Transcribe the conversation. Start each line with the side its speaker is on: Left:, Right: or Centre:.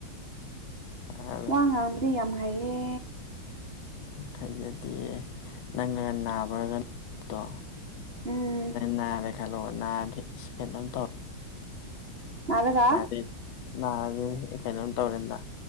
Left: <unintelligible>
Right: ꯋꯥ ꯉꯥꯡꯕꯗꯤ ꯌꯥꯝ ꯍꯥꯏꯌꯦ
Left: ꯍꯥꯏꯖꯗꯤꯌꯦ ꯅꯪꯒꯅ ꯅꯥꯕ ꯅꯨꯃꯤꯠꯇꯣ
Right: ꯎꯝ
Left: ꯅꯔꯦ ꯈꯜꯂꯣ ꯅꯔꯗꯤ ꯏꯁ ꯀꯩꯅꯣꯝ ꯇꯧ
Right: ꯅꯥꯔꯒ
Left: ꯃꯥꯗꯤ ꯅꯔꯦ ꯑꯩ ꯀꯩꯅꯣꯝ ꯇꯧꯔꯦꯅ